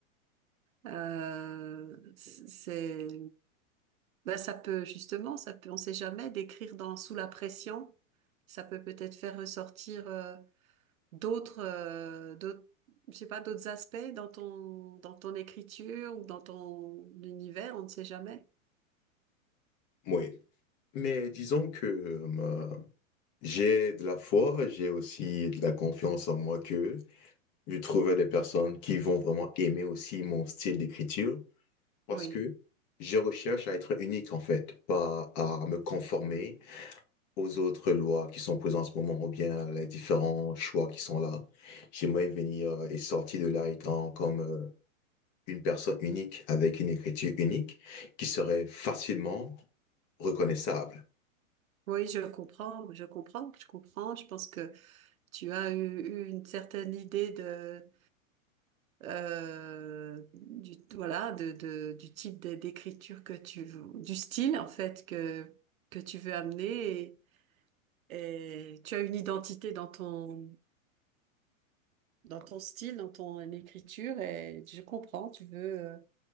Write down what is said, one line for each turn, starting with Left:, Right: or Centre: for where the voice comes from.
Right: Euh, c'est Ben, ça peut, justement, ça peut, on sait jamais, d'écrire dans Sous la pression, ça peut peut-être faire ressortir euh, d'autres, euh, d'autres, je sais pas, d'autres aspects dans ton, dans ton écriture ou dans ton univers, on ne sait jamais.
Left: Oui. Mais disons que euh, j'ai de la foi, j'ai aussi de la confiance en moi que je trouve des personnes qui vont vraiment aimer aussi mon style d'écriture parce
Right: Oui,
Left: que je recherche à être unique en fait, pas à me conformer aux autres lois qui sont présentes en ce moment ou bien à les différents choix qui sont là. J'aimerais venir euh, et sortir de là étant comme euh, une personne unique avec une écriture unique qui serait facilement reconnaissable.
Right: oui, je comprends, je comprends, je comprends. Je pense que tu as eu, eu une certaine idée de, euh, du, voilà, de, de, du type d'é- d'écriture que tu, veux- du style en fait que que tu veux amener Et tu as une identité dans ton, dans ton style, dans ton écriture, et je comprends, tu veux euh,